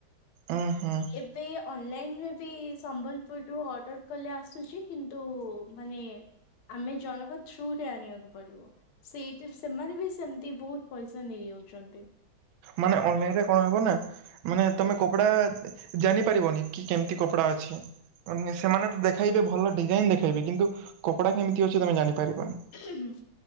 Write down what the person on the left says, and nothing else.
ଏବେ ଅନଲାଇନିରେ ବି ସମ୍ବଲପୁରରୁ ଅର୍ଡର କଲେ ଆସୁଚି କିନ୍ତୁ ମାନେ ଆମେ ଜଣଙ୍କ ଥ୍ରୁ ରେ ଆଣିଆକୁ ପଡିବ। ସେଇଥିରୁ ସେମାନେ ବି ସେମିତି ବହୁତ୍ ପଇଷା ଇଯାଉଚନ୍ତି।
ଏବ